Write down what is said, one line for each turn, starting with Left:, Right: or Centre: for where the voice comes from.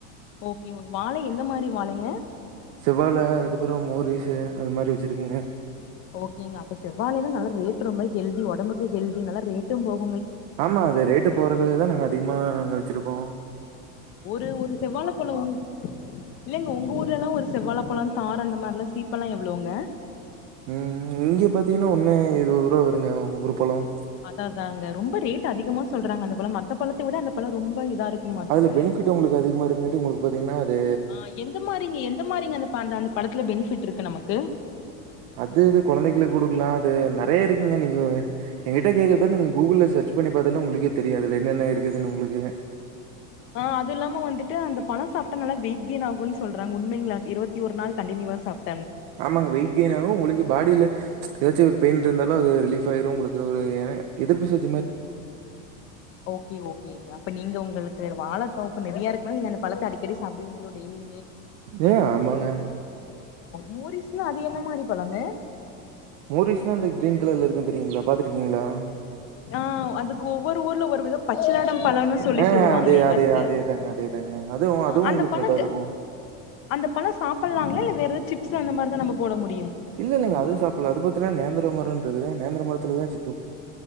Left: ஓகே வாழ எந்த மாரி வாழங்க
Right: செவ்வால அதுக்கப்பறம் மோரிஸு அது மாரி வச்சிருக்குங்க
Left: ஓகேங்க அப்ப செவ்வால எல்லா நல்ல ரேட் ரொம்ப ஹெல்தி ஒடம்புக்கு ஹெல்தி நல்லா ரேட்டும் போகு
Right: ஆமா அது ரேட்டு போறதுகதா நாங்க அதிகமா வெச்சிருக்கோ
Left: ஒரு ஒரு செவ்வாழ பழம் உங் இல்லங்க உங்க ஊர்லலா ஒரு செவ்வாழ பழ தார் அந்த மாதிரிலா சீப்பெல்லா எவளவுங்க
Right: ம் ம் இங்க பாத்தீங்கன்னா ஒன்னு இருபது ரூவா வருங்க ஒரு பழம்
Left: அதா அதாங்க ரொம்ப ரேட் அதிகமா சொல்றாங்க அந்த பழ மத்த பழத்த விட அந்த பழோ ரொம்ப இதா இருக்கு இருகுமாட்டுக்கு
Right: அதுல பெனிஃபிட் உங்களுக்கு அதிகமா இருக்குங்காட்டி உங்களுக்கு பாத்தீங்கன்னா அது
Left: ஆ எந்த மாரிங்க எந்த மாரிங்க அந்-அந்த பழத்துல பெனிஃபிட் இருக் க்கு நமக்கு
Right: அது இது கொழந்தைங்களுக்கு கொடுக்கலா அது நெறைய இருக்குங்க நீங்க எங்கிட்ட கேக்குறத விட நீங்க கூகுள்ல சர்ச் பண்ணி பாத்தாலே உங்களுக்கே தெரியாதுல என்னென்ன இருக்குதுன்னு உங்களுக்கு
Left: ஆஹ் அது இல்லாம வந்துட்டு அந்த பழம் சாப்டா நல்லா வெயிட் கேயின் ஆகும்னு சொல்றாங்க உண்மைங்களா இருவத்தி ஒரு நாள் கண்டினியூவா சாப்
Right: ஆமாங்க வெயிட் கெயின் ஆகு உங்களுக்கு பாடியில எதாச்சும் பெயின் இருந்தாலு அது ரிலீப் ஆயிரும் உங்களுக்கு ஒரு என எதிர்ப்பு சத்
Left: ஓகே ஓகேங்க அப்ப நீங்க உங்களுக்கு வாழ ஓ இப்ப நெறயா இருக்கனால அந்த பழத்தை அடிக்கடி சாப்படுவீங்ளோ டெய்லி
Right: ஏ ஆமாங்க
Left: மூரிஸ்ன்னா அது என்ன மாரி பழங்க
Right: மோரிஸ்னா அந்த கிரீன் கலர்ல இருக்கு <unintelligible> <unintelligible> பாத்துருக்கீங்களா
Left: ஆஹ் அதுக்கு ஒவ்வொரு ஊர்ல ஒரு விதம் பச்சாடம் பழம்னு சொல்லி
Right: ஆ
Left: சொல்லுவாங்களேங்க
Right: அதே அதே
Left: அதுக்கு
Right: அதேதாங்க அதேதாங்க. அதுவும் அதுவும்
Left: அந்த
Right: உங்களுக்கு
Left: பழம்
Right: நல்லா இருக்கும்.
Left: அந்த பழம் சாப்டலாங்களா இல்ல வேற எதுக் சிப்ஸ் அந்த மாரிதான் நம்ப போட மு
Right: இல்ல இல்லங்க அது சாப்பிட்லா அது பாத்திங்கனா நேந்திர மாரி தானே இருக்குது நேந்திர மரத்துல தான் சிப்